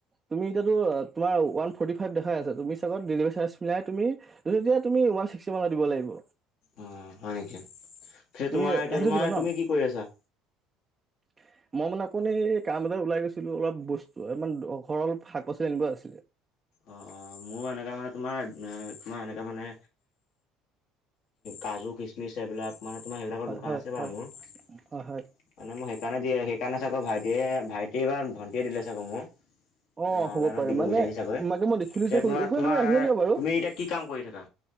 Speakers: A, on the right; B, on the left.
A: তুমি এতিয়াটো তোমাৰ ওৱান ফৰ্টি ফাইভ দেখাই আছে তুমি চাগত <unintelligible> ডেলিভাৰী চাৰ্জ মিলাই তুমি যেতিয়া তুমি ওৱান <unintelligible> মেলা দিব লাগিব।
B: অ, হয় নেকি?
A: তুমি
B: তোমাৰ এতিয়া
A: ৰাখি
B: তোমাৰ
A: থৈ দিবা ন
B: তুমি কি কৰি আছা।
A: <unintelligible> মই মানে অকৌ এই কাম বজাৰ ওলাই গৈছিলো অলপ বস্তুমান ঘৰ অলপ শাক-পাচলি আনিব আছিলে।
B: অ অ মোৰ এনেকা মানে তোমাৰ- তোমাৰ এনেকা মানে কাজু, খিচমিচ এইবিলাক মানে তোমাৰ সেইবিলাকৰ
A: হয়
B: দোকান
A: হয়
B: আছে বাৰু
A: হয়
B: মোৰ মানে
A: হয় হয়।
B: মই সেইকাৰণে সেয়ে সেইকাৰণে চাগে ভাইটিয়ে ভাইটিয়ে বা ভণ্টিয়ে দিলে চাগে মোৰ।
A: অ'
B: মানে অনলাইনত
A: হ'ব পাৰে
B: দিব
A: মানে,
B: বিচাৰিছে চাগৈ
A: মানে মই দেখিলো
B: পিছে
A: যে
B: তোমাৰ
A: একো
B: তোমাৰ
A: ৰাখিব দিব বাৰু
B: তুমি এতিয়া কি কাম কৰি থাকা